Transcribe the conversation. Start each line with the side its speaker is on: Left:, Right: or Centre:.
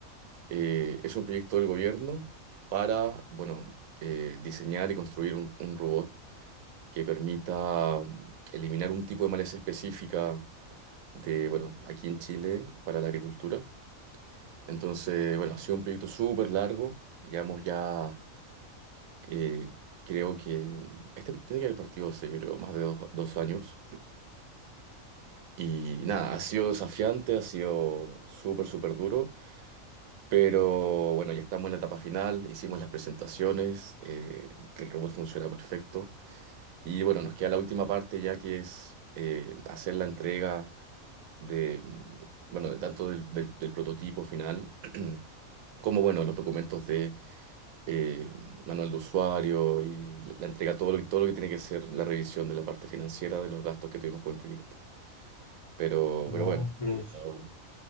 Right: eh, es un proyecto del gobierno para, bueno, eh, diseñar y construir un, un robot que permita mm, eliminar un tipo de maleza específica de, bueno, aquí en Chile para la agricultura. Entonces, bueno, ha sido un proyecto súper largo. Llevamos ya, eh, creo que este tiene que haber partido hace, creo, más de dos, dos años. Y nada, ha sido desafiante, ha sido súper, súper duro. Pero bueno, ya estamos en la etapa final, hicimos las presentaciones, eh, el robot funciona perfecto. Y bueno, nos queda la última parte ya que es eh, hacer la entrega de, bueno, de tanto del, del- del prototipo final, <clears throat> como, bueno, los documentos de eh, manual de usuario y la entrega, todo lo que, todo lo que tiene que ser la revisión de la parte financiera de los gastos que tuvimos con el proyecto. Pero,
Left: no,
Right: pero bueno.
Left: pero
Right: ha
Left: es
Right: estado-